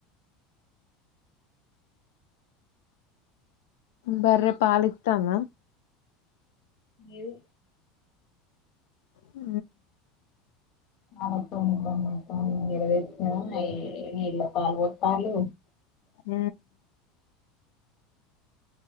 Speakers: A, on the left (about 85°); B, on the left (about 30°).
A: బర్రె పాలిత్తానా
B: ఏదు
A: ఉ
B: <unintelligible> నీళ్ల పాలు పోతాళ్ళు
A: ఉ